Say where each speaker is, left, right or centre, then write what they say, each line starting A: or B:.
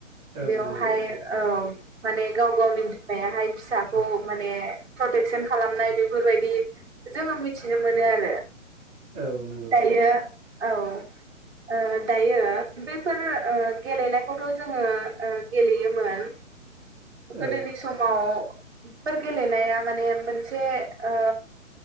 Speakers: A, on the right; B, on the right.
A: औ
B: बेवहाय
A: नंगौ
B: औ। माने गाव-गावनि बिमायाहाय फिसाखौ माने प्रटेकसन खालामनाय बेफोरबायदि। जोङो मिथिनो मोनो आरो
A: औ नंगौ
B: दायो औ। ओ दायो बेफोर ओ गेलेनायखौथ' जोङो ओ गेलेयोमोन। गोदोनि
A: औ
B: समाव। गेलेनाया माने मोनसे ओ